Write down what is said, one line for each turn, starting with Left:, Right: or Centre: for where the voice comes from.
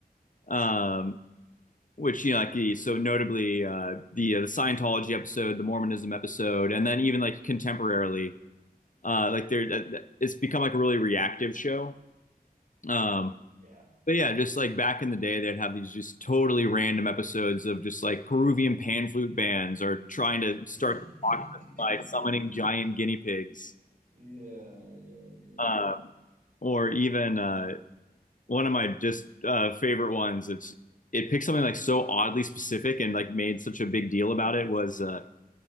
Left: um which you know like the so notably uh the uh, the Scientology episode the Mormonism episode and then even like contemporarily uh like they're that- it's become like a really reactive show um
Right: Yeah.
Left: but yeah just like back in the day they'd have these just totally random episodes of just like Peruvian pan flute bands or trying to start
Right: <laughs>
Left: by summoning giant guinea pigs
Right: Yeah, yeah, yeah, yeah.
Left: um
Right: yeah.
Left: or even uh one of my just uh, favorite ones. It's it picked something like so oddly specific and like made such a big deal about it was uh,